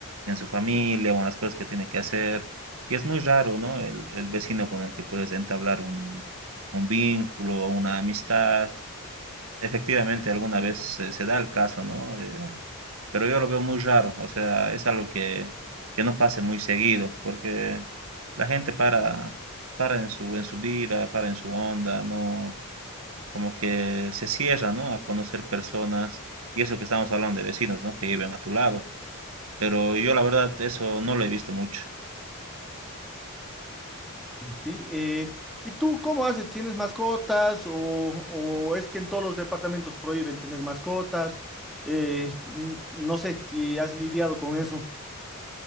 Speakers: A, on the right; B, in the centre.
A: en su familia o en las cosas que tiene que hacer, y es muy raro, ¿no? El, el vecino con el que puedes entablar un, un vínculo o una amistad, Efectivamente, alguna vez se, se da el caso, ¿no? Eh, pero yo lo veo muy raro, o sea, es algo que, que no pase muy seguido, porque la gente para, para en su, en su vida, para en su onda, no, como que se cierra, ¿no? A conocer personas, y eso que estamos hablando de vecinos, ¿no? Que viven a tu lado, pero yo la verdad eso no lo he visto mucho.
B: Sí, eh, ¿y tú cómo haces? ¿Tienes mascotas o, o es que en todos los departamentos prohíben tener mascotas? Eh, n- no sé si has lidiado con eso.